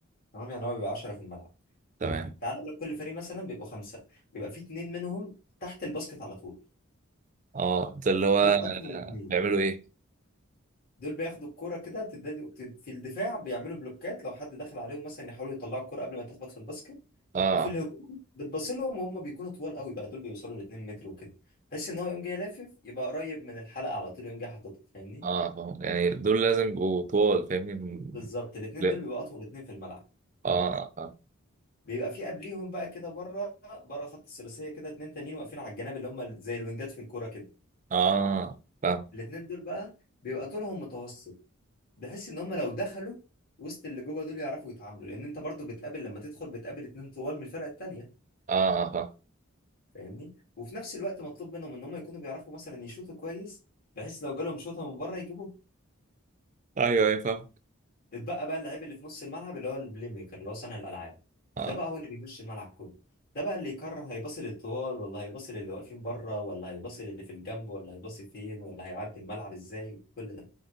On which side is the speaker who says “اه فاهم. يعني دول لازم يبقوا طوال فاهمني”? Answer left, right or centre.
Right